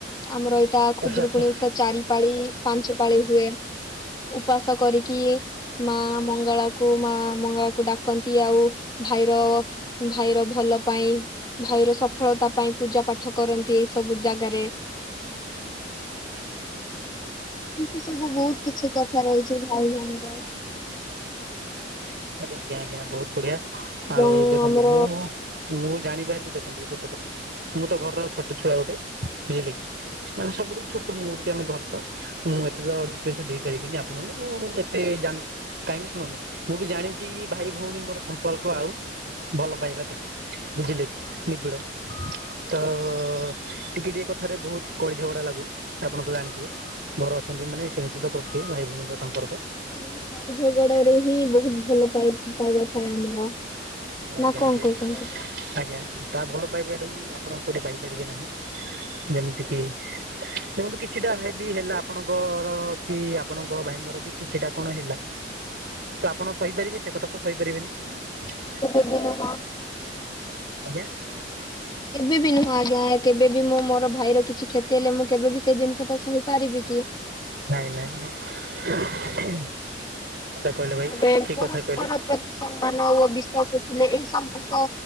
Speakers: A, on the left; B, on the right.
A: ଆମର ଏଇଟା ଖୁଦୁରୁକୁଣୀ
B: ଆଚ୍ଛା ଆଚ୍ଛା
A: ଓଷା ଚାରି ପାଳି, ପାଞ୍ଚ ପାଳି ହୁଏ। ଉପାସ କରିକି ମା ମଙ୍ଗଳା କୁ ମା ମଙ୍ଗଳାକୁ ଡାକନ୍ତି। ଆଉ ଭାଇର ଭାଇର ଭଲ ପାଇଁ ଭାଇର ସଫଳତା ପାଇଁ ପୂଜା ପାଠ କରନ୍ତି ଏଇ ସବୁ ଜାଗାରେ। ଏମତି ସବୁ ବହୁତ କିଛି କଥା ରହିଛି ଭାଇ ଭଉଣୀର
B: ଆଜ୍ଞା ଆଜ୍ଞା ଆଜ୍ଞା। ବହୁତ ବଢିଆ।
A: ଏବଂ
B: ଆଉ ଦେଖନ୍ତୁ
A: ଆମର
B: ମୁଁ ମୁଁ ଜାଣିବା ହେତୁ ଦେଖନ୍ତୁ ଗୋଟେ କଥା ମୁଁ ତ ଘରର ଛୋଟ ଛୁଆ ଗୋଟେ। ବୁଝିଲେ କି? ମାନେ ସବୁଠୁ ଛୋଟ ମୁଁ ହଉଛି। ଆମ ଘର ତ ମୁଁ ଏତେ ତ କିଛି ଦେଇପାରିବିନି ଆପଣଙ୍କୁ। ମୁଁ କେତେ ଯା-କାହିଁକି ଶୁଣନ୍ତୁ। ମୁଁ ବି ଜାଣିଛି କି, ଭାଇ ଭଉଣୀଙ୍କର ସମ୍ପର୍କ ଆଉ ଭଲ ପାଇବା କେତେ? ବୁଝିଲି ନିବିଡ଼ ତ ଟିକେ ଟିକେ କଥାରେ ବହୁତ କଳି ଝଗଡା ଲାଗୁ। ଆପଣ ତ ଜାଣିଥିବେ। ଘର ଅଛନ୍ତି ମାନେ ସେମିତି କୋଟିଏ ଭାଇ ଭଉଣୀଙ୍କ ସମ୍ପର୍କ।
A: ସେ କଳି ଝଗଡାରେ ହିଁ ବହୁତ ଭଲ ପାଇ-ପାଇବା ଥାଏ ଆମର।
B: ଆଜ୍ଞା
A: ନା କଣ
B: ଆଜ୍ଞା
A: କହୁଛନ୍ତି?
B: ଆଜ୍ଞା ତା ଭଲ ପାଇବା ଠୁ ଆପଣ କୋଉଠି ପାଇପାରିବେ ନାହିଁ ଯେମିତି କିି ଦେଖନ୍ତୁ କିଛିଟା ବି ହେଲା ଆପଣଙ୍କର କି ଆପଣଙ୍କ ଭାଇଙ୍କର କି କିଛିଟା କଣ ହେଲା। ତ ଆପଣ ଶହିପାରିବେ ସେ କଥା ତ ଶହିପାରିବେନି।
A: କେବେ ବି ନୁହଁ।
B: ଆଜ୍ଞା।
A: କେବେ ବିି ନୁହଁ ଆଜ୍ଞା କେବେବି ମୁଁ ମୋର ଭାଇର କିଛି କ୍ଷତି ହେଲେ ମୁଁ କେବେବି ସେ ଜିନିଷ ଟା ସହିପାରିବି କି?
B: ନାଇଁ-ନାଇଁ-ନାଇଁ ଟା କହିଲେ ଭାଇ
A: ଏବେ
B: ଠିକ୍
A: ପରସ୍ପର
B: କଥା କହିଲେ।
A: ପ୍ରତି ସମ୍ମାନ ଓ ବିଶ୍ଵାସ ଥିଲେ ଏଇ ସମ୍ପର୍କ